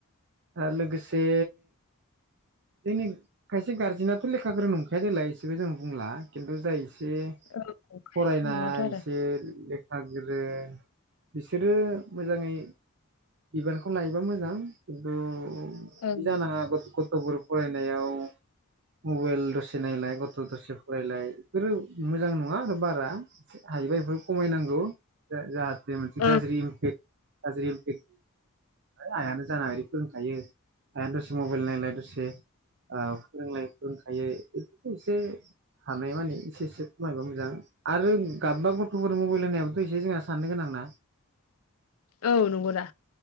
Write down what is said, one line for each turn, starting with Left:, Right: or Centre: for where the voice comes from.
Right: आना लोगोसे जोंनि खायसे गारजेनाथ' लेखा गोरों नंखाया देलाय एसेखौ जों बुंला खिन्थु जाय एसे
Left: औ
Right: फरायनाय
Left: नङाथ' आरो
Right: एसे लेख हाजिर बे बिसोरो मोजाङै बिबानखौ लायोबा मोजां खिन्थु
Left: ओं
Right: इ जानाङा गथ-गथ। थ'फोर फरायनायाव मबाइल दसे नायलाय गथ' दसे फरायलाय बेफोरो मोजां नङा आरो बारा हायोबा एफोर खमायनांगौ। जा जाहाथे मोनसे
Left: ओं
Right: गाज्रि इमफेक्ट गाज्रि इमपेक <inaudible> आइयानो जाना ओरि फोरोंखायो आइ आनो दसे मबाइल नायलाय दसे ओ फोरोंलायो फोरोंखायो इफोरखौ एसे हानाय मानिे एसे एसे खमायबा मोजां आरो गाबबा गथ'फोर मबाइल होनायाबो थ एसे जोंहा साननो गोनां ना।
Left: औ नंगौदा।